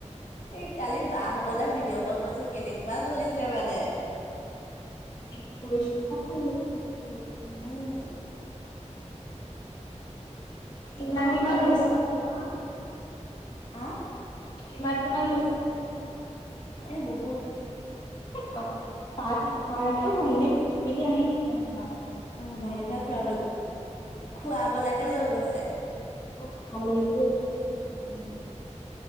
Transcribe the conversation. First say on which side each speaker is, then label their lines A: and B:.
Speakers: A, on the left (about 75°); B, on the left (about 35°).
A: এই কালি বাহঁতলে ভিডিঅ' কল কৰছো কেনেকুৱা জ্বলিছে মানে
B: একৈছশ খালি হে ভগৱান
A: উম
B: কিমান
A: তোমাক মই
B: কিমান
A: কিতাপ উলিয়াবলৈ
B: লৈছে
A: কৈছিলো নহয় এ
B: কিমান কিমান লৈছে পইচা
A: এ বহুত
B: এ তহঁতি তাত নখোৱাহেঁতেও হয়নে ঘূৰি আহি <unintelligible>
A: উম ভাইটি খুৰাবলে খুৱাবলৈকে লৈ গৈছে
B: অ খোৱাবলে বুলি লৈ গৈছে
A: উম